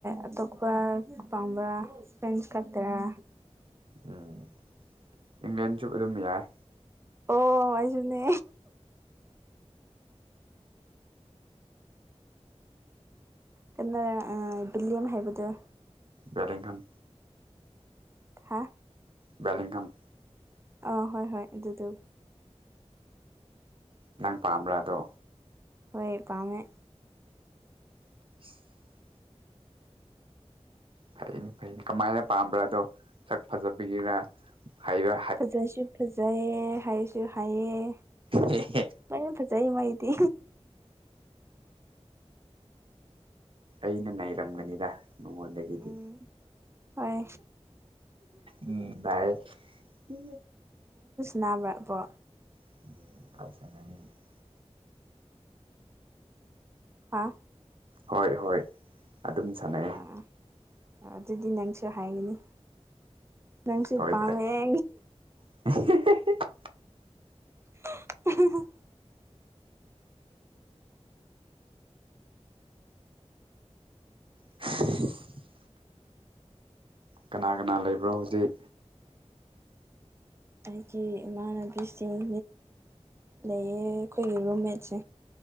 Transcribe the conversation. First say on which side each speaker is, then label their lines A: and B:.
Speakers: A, on the right (about 25°); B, on the right (about 50°).
A: ꯑꯇꯣꯞꯄ ꯄꯥꯝꯕ꯭ꯔꯥ ꯐꯔ‌ꯦꯟꯁ ꯈꯛꯇꯔꯥ
B: ꯎꯝ ꯏꯪꯂꯦꯟꯁꯨ ꯑꯗꯨꯝ ꯌꯥꯏ
A: ꯑꯣꯖꯅꯦ ꯀꯟꯅꯔ ꯑ ꯕꯤꯂꯤꯌꯝ ꯍꯥꯏꯕꯗꯣ
B: ꯕꯗꯤꯡꯍꯟ
A: ꯍꯥ
B: ꯕꯦꯂꯤꯡꯍꯝ
A: ꯑ ꯍꯣꯏ ꯍꯣꯏ ꯑꯗꯨꯗꯣ
B: ꯅꯪ ꯄꯥꯝꯕ꯭ꯔꯥ ꯑꯗꯣ
A: ꯍꯣꯏ ꯄꯥꯝꯃꯦ
B: <inaudible> ꯐꯩꯅꯦ ꯐꯩꯅꯦ ꯀꯃꯥꯏꯅ ꯄꯥꯝꯕ꯭ꯔꯥ ꯑꯗꯣ ꯁꯛ ꯐꯖꯕꯤꯒꯔꯥ ꯍꯩꯔꯥ
A: ꯐꯖꯁꯨ ꯐꯖꯩꯌꯦ ꯍꯥꯏꯁꯨ ꯍꯥꯏꯑ
B: ꯍ ꯍ
A: ꯃꯅ ꯐꯖꯩ ꯃꯥꯏꯗꯤ
B: ꯑꯩꯅ ꯅꯩꯔꯝꯒꯅꯤꯗ ꯃꯉꯣꯟꯗꯒꯤꯗꯤ
A: ꯎꯝ ꯍꯣꯏ
B: ꯎꯝ ꯏ ꯎ
A: ꯅꯥꯕꯔ ꯑꯕꯣ
B: <unintelligible>
A: ꯍꯥ
B: ꯍꯣꯏ ꯍꯣꯏ ꯑꯗꯨꯝ ꯁꯥꯟꯅꯩ
A: ꯑꯥ ꯑꯗꯨꯗꯤ ꯅꯪꯁꯨ ꯍꯥꯏꯒꯅꯤ ꯅꯟꯁꯤ
B: ꯁꯣꯏꯗ꯭ꯔꯦ
A: ꯄꯃꯦꯦ
B: <unintelligible>
A: <unintelligible>
B: <inaudible> ꯀꯅꯥ ꯀꯅꯥ ꯂꯩꯕ꯭ꯔꯣ ꯍꯧꯖꯤꯛ
A: ꯑꯩꯒꯤ ꯏꯃꯥꯟꯅꯕꯤ ꯆꯤꯡ ꯂꯩꯌꯦ ꯑꯩꯈꯣꯏꯒꯤ ꯔꯨꯝꯃꯦꯠꯁꯦ